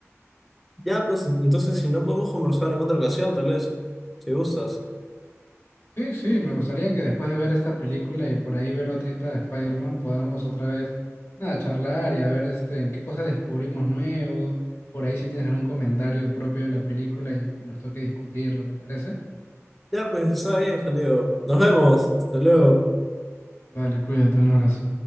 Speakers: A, in the centre; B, on the left.
A: Ya, pues entonces si no podemos conversar en otra ocasión, tal vez, si gustas.
B: Sí, sí, me gustaría que después de ver esta película y por ahí ver otrita de Spider-Man podamos otra vez, nada, charlar y a ver este, en qué cosas descubrimos nuevo, por ahí si tienes algún comentario propio de la película y, y nos toque discutirlo, ¿te parece?
A: Ya, pues está bien, Juan Diego. Nos vemos. Hasta luego.
B: Dale, cuídate, un abrazo.